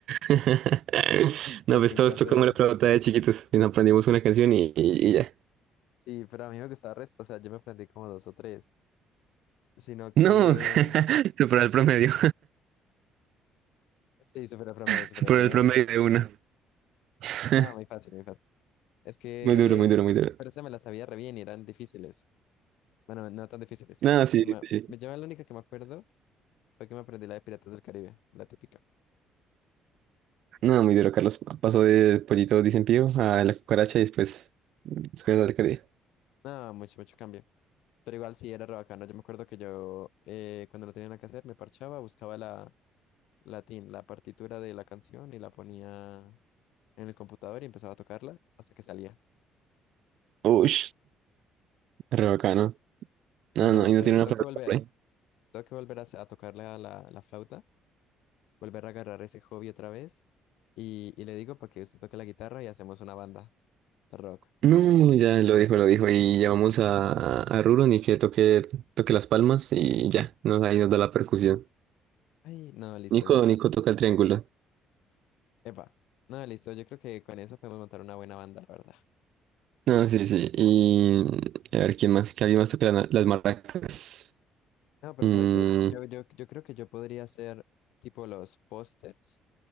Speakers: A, on the right (about 70°); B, on the left (about 80°).
A: <laughs> No,
B: porque
A: pues
B: en
A: todos
B: clase,
A: tocamos la flauta de chiquitos y nos aprendimos una canción y, y ya.
B: sí, pero a mí me gustaba el resto, o sea, yo me aprendí como dos o tres, sino que,
A: No, <laughs> superó el promedio,
B: sí, super promedio,
A: <laughs>
B: super
A: superó
B: promedio.
A: el promedio
B: <laughs>
A: de uno. <laughs>
B: No, muy fácil, muy fácil. Es que,
A: Muy duro, muy duro, muy duro.
B: pero se me las sabía re bien y eran difíciles. Bueno, no tan difíciles,
A: No, sí,
B: pero me,
A: sí.
B: me- yo la única que me acuerdo fue que me aprendí la de Piratas del Caribe, la típica.
A: No, muy duro, Carlos. Pasó de pollito dicen pío a la cucaracha y después después de alcaldía.
B: No, mucho, mucho cambio. Pero igual sí era re bacano. Yo me acuerdo que yo, eh, cuando no tenía nada que hacer, me parchaba, buscaba la, latín, la partitura de la canción y la ponía en el computador y empezaba a tocarla hasta que salía.
A: Uy, re bacano. No,
B: Y no,
A: no, y
B: tengo,
A: no tiene
B: tengo
A: una palabra
B: que volver,
A: por ahí.
B: tengo que volver a, sa- a tocarle a la, la flauta, volver a agarrar ese hobby otra vez y, y le digo para que usted toque la guitarra y hacemos una banda de rock.
A: No, ya lo dijo, lo dijo. Y ya vamos a, a Rulo, ni que toque, toque las palmas y ya, nos, ahí nos da la percusión.
B: Ay, no, listo,
A: Nico,
B: ya.
A: Nico toca el triángulo.
B: Epa, no, listo, yo creo que con eso podemos montar una buena banda, la verdad.
A: No, sí, sí. Y a ver quién más, que alguien más toque la- las maracas.
B: No, pero
A: Mm,
B: ¿sabe qué? Yo, yo, yo creo que yo podría hacer tipo los pósters,